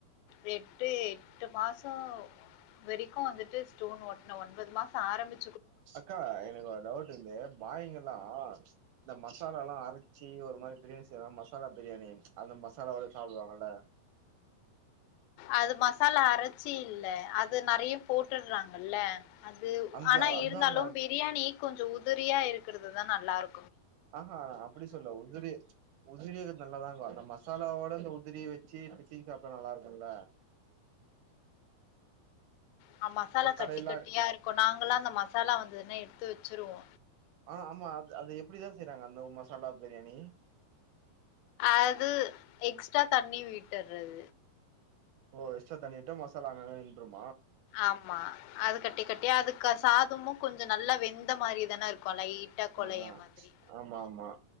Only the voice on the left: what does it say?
ரெட்டு எட்டு மாசோ வரைக்கு வந்துட்டு ஸ்டோன் ஒட்ன ஒன்பது மாசோ ஆரம்பி
அது மசாலா அரைச்சி இல்ல அது நெறய போட்டுட்றாங்கல அது
ஆனா
இருந்தாலு பிரியாணி கொஞ்சோஉதிரியா இருக்குரது தா நல்லாரு
ஆ மசாலா
கட்டி
கட்டியாருக்கு நாங்களா அந்த மசாலா வந்ததுன்னா எடுத்து வச்சிருவோ
அது எக்ஸ்ட்டா தண்ணி விட்டர்ரது
ஆமா அது கட்டி கட் டியா அதுக்கா சாதமு கொஞ்சோ நல்லா வெந்த மாரி தானருக்கு லை ட்டா கொழைய
மாதிரி